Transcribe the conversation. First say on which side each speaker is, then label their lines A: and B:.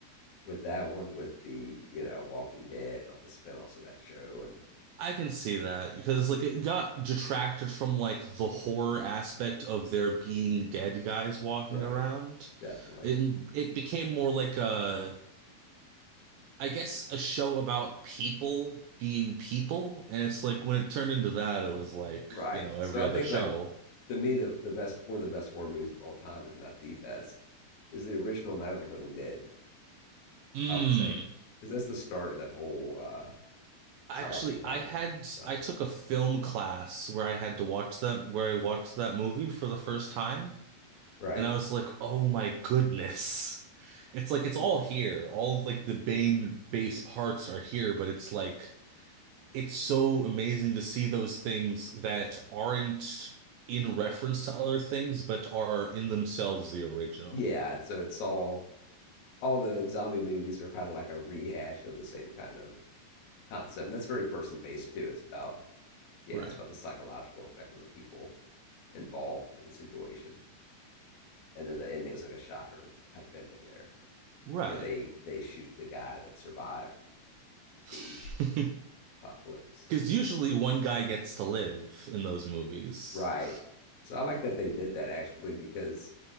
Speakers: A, on the left; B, on the right.
A: with that one, with the you know Walking Dead and all the spin-offs of that show, and
B: I can see that because like
A: yeah,
B: it got detracted from like the horror aspect of there being dead guys walking
A: Right.
B: around.
A: Definitely.
B: It it became more like a I guess a show about people being people. And it's like when it turned into that, it was like,
A: Right.
B: you know,
A: So
B: every
A: I
B: other
A: think
B: show.
A: like to me the the best one of the best horror movies of all time, if not the best, is the original Night of the Living Dead,
B: Mm.
A: I would say. Because that's the start of that whole uh
B: Actually,
A: zombie kind
B: I
A: of
B: had
A: genre.
B: I took a film class where I had to watch that where I watched that movie for the first time,
A: Right?
B: and I was like, "Oh my goodness." <laughs> It's like it's all
A: Oh,
B: here. All of like the main base parts are here, but it's like it's so amazing to see those things that aren't in reference to other things, but are in themselves the original.
A: yeah, so it's all all the zombie movies are kind of like a rehash of the same kind of concept. And that's very person based too. It's about yeah,
B: Right.
A: it's about the psychological effect on the people involved in the situation. And then the ending's like a shocker type ending there.
B: Right.
A: where they they shoot the guy that survived
B: <laughs>
A: the <laughs> apocalypse.
B: Because usually one guy gets to live in those movies.
A: Right.
B: <laughs>
A: So I like that they did that actually because